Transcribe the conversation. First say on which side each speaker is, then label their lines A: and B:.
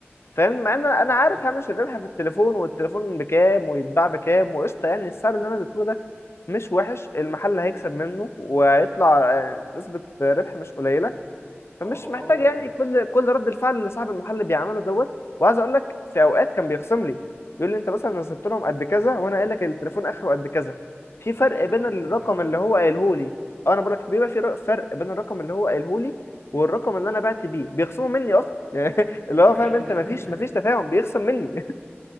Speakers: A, on the left; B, on the left.
A: فاهم مع ان انا
B: بالظبط
A: عارف هامش الربح في التليفون والتليفون بكام ويتباع بكام وقشطه يعني السعر اللي انا اديته له ده مش وحش المحل هيكسب منه وهيطلع يعني نسبه ربح مش قليله
B: اه
A: فمش
B: اه
A: محتاج
B: و-
A: يعني كل كل رد الفعل اللي صاحب المحل بيعمله دوت وعايز اقول لك في اوقات كان بيخصم لي بيقول لي انت مثلا نزلت لهم قد كذا وانا قايل لك التليفون اخره قد كذا في
B: لا
A: فرق
B: يا عم
A: بين
B: ده
A: الرقم
B: متعب قوي
A: اللي هو قايله لي اه انا بقول لك بيبقى في ر- فرق بين الرقم اللي هو قايله لي والرقم اللي انا بعت بيه بيخصموا مني اصلا <laughs> يعني اللي
B: <laughs>
A: هو فاهم انت مفيش مفيش تفاهم بيخصم مني <laughs>